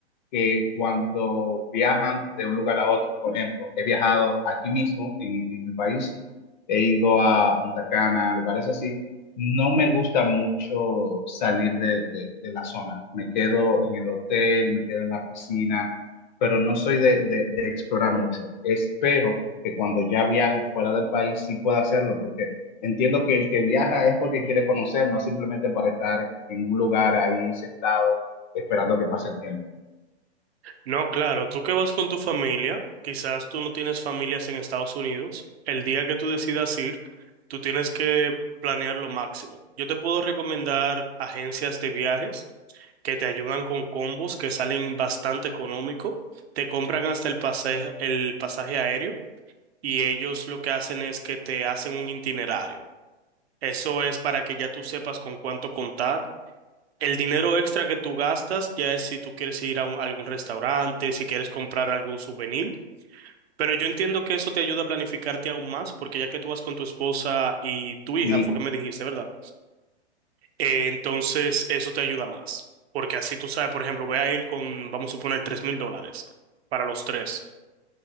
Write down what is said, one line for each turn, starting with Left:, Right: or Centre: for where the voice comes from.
Left: que cuando viajan de un lugar a otro. Por ejemplo, he viajado aquí mismo en, en el país, he ido a Punta Cana, lugares así. No me gusta mucho salir de, de- de la zona. Me quedo en el hotel, me quedo en la piscina, pero no soy de, de- de explorar mucho. Espero que cuando ya viaje fuera del país sí pueda hacerlo, porque entiendo que el que viaja es porque quiere conocer, no simplemente para estar en un lugar ahí sentado esperando que pase el tiempo.
Right: No, claro, tú que vas con tu familia, quizás tú no tienes familias en Estados Unidos, el día que tú decidas ir, tú tienes que planear lo máximo. Yo te puedo recomendar agencias de viajes que te ayudan con combos que salen bastante económico, te compran hasta el pasaje, el pasaje aéreo y ellos lo que hacen es que te hacen un itinerario. Eso es para que ya tú sepas con cuánto contar el dinero extra que tú gastas ya es si tú quieres ir a, un- algún restaurante, si quieres comprar algún souvenir, pero yo entiendo que eso te ayuda a planificarte aún más, porque ya que tú vas con tu esposa y tu hija,
Left: Mi
Right: fue que me dijiste, ¿verdad? Eh, entonces eso te ayuda más, porque así tú sabes, por ejemplo, voy a ir con, vamos a suponer, tres mil dólares para los tres.